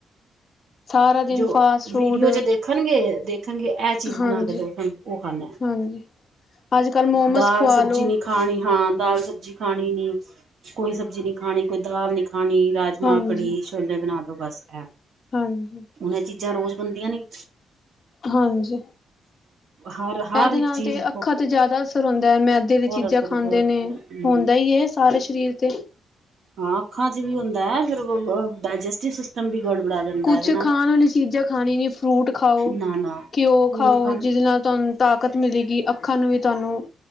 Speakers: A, on the left; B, on the right.
A: ਸਾਰਾ ਦਿਨ
B: ਜੋ
A: ਫਾਸਟ ਫੂਡ
B: ਵੀਡੀਓ ਚ ਦੇਖਨਗੇ, ਦੇਖਨਗੇ ਐ ਚੀਜ
A: ਹਾਂਜੀ
B: ਬਨਾ ਕੇ ਦੋ ਸਾਨੂੰ ਓ ਖਾਨਾ
A: ਹਾਂਜੀ ਅੱਜ ਕੱਲ੍ਹ ਮੋਮਸ
B: ਦਾਲ
A: ਖਵਾ
B: ਸਬਜੀ
A: ਲੋ
B: ਨੀ ਖਾਂ ਖਾਣੀ ਹਾਂ ਦਾਲ ਸਬਜੀ ਖਾਣੀ ਨੀ ਕੋਈ ਸਬਜੀ ਨੀ ਖਾਣੀ ਕੋਈ ਦਾਲ ਨੀ ਖਾਣੀ ਰਾਜ ਮਾਂਹ,
A: ਹਾਂਜੀ
B: ਕੜੀ, ਛੋਲੇ ਬਣਾ ਦੋ ਬਸ ਐ
A: ਹਾਂਜੀ
B: ਐ ਚੀਜਾਂ ਰੋਜ ਬਨਦੀਆਂ ਨੀ
A: ਹਾਂਜੀ
B: ਹਰ, ਹਰ
A: ਇਹਦੇ
B: ਇੱਕ
A: ਨਾਲ
B: ਚੀਜ
A: ਤੇ ਅੱਖਾਂ ਤੇ ਜਆਦਾ ਅਸਰ ਹੁੰਦੈ, ਮੈਦੇ ਦੀਆਂ ਚੀਜਾਂ
B: ਅਸਰ
A: ਖਾਂਦੇ
B: ਬਹੁਤ
A: ਨੇ
B: ਅਸਰ ਹੂੰ।
A: ਹੁੰਦਾ ਈ ਏ ਸਾਰੇ ਸ਼ਰੀਰ ਤੇ
B: ਹਾਂ, ਅੱਖਾਂ ਚ ਵੀ ਹੁੰਦਾ ਐ ਫਿ ਡਾਇਜੈਸਟੀ ਸਿਸਟਮ ਵੀ ਗੜਬੜਾ ਜਾਂਦੈ
A: ਕੁਛ
B: ਏਦੇ ਨਾਲ
A: ਖਾਣ ਵਾਲੀ ਚੀਜ਼ਾਂ ਖਾਣੀ ਨੀ ਫਰੂਟ ਖਾਓ
B: ਨਾ -ਨਾ
A: ਘਿਓ
B: ਫਰੂਟ
A: ਖਾਓ
B: ਖਾਣ
A: ਜਿਹਦੇ ਨਾਲ਼ ਤੁਹਾਨ ਤਾਕਤ ਮਿਲੇਗੀ ਅੱਖਾਂ ਨੂੰ ਵੀ ਤੁਹਾਨੂੰ